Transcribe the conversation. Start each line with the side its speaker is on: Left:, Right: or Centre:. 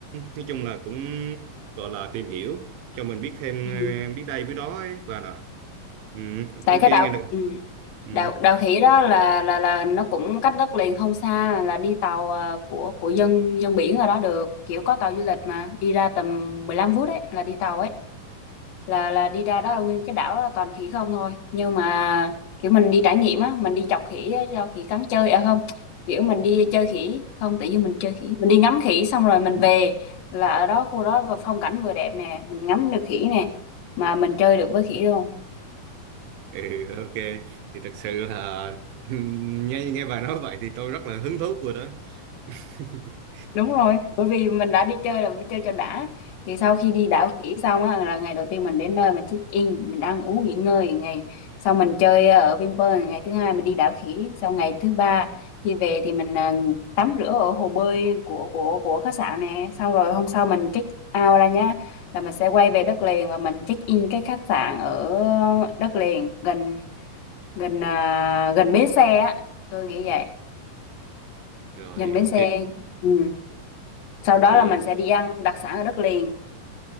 Right: nói chung là cũng gọi là tìm hiểu cho mình biết thêm
Left: Ừ.
Right: ờ, biết đây biết đó ấy bà nè ừ,
Left: tại
Right: ok
Left: cái
Right: nghe
Left: đảo
Right: được
Left: ừ.
Right: ừ.
Left: đạo đạo khỉ đó là là là nó cũng cách đất liền không xa là đi tàu à, của của dân dân biển ở đó được kiểu có tàu du lịch mà đi ra tầm 15 phút đấy là đi tàu ấy là là đi ra đó là nguyên cái đảo đó là toàn khỉ không thôi nhưng mà kiểu mình đi trải nghiệm á mình đi chọc khỉ á, cho khỉ cắn chơi à không kiểu mình đi chơi khỉ không tự nhiên mình chơi khỉ mình đi ngắm khỉ xong rồi mình về là ở đó khu đó và phong cảnh vừa đẹp nè mình ngắm được khỉ nè mà mình chơi được với khỉ luôn
Right: Ừ, ok thì thật sự là <laughs> nghe nghe bà nói vậy thì tôi rất là hứng thú rồi đó <laughs>
Left: đúng rồi bởi vì mình đã đi chơi là phải chơi cho đã thì sau
Right: Ừ,
Left: khi đi đảo khỉ xong á là ngày đầu tiên mình đến nơi mình check in mình ăn uống nghỉ ngơi ngày sau mình chơi ờ, ở Vinpearl ngày thứ hai mình đi đảo khỉ sau ngày thứ ba khi về thì mình à, tắm rửa ở hồ bơi của của của khách sạn nè xong rồi hôm sau mình check out ra nhá là mình sẽ quay về đất liền và mình check in cái khách sạn ở đất liền gần gần à, gần bến xe á tôi nghĩ vậy
Right: rồi
Left: gần bến
Right: ok
Left: xe ừ sau đó
Right: thì
Left: là mình sẽ đi ăn đặc sản ở đất liền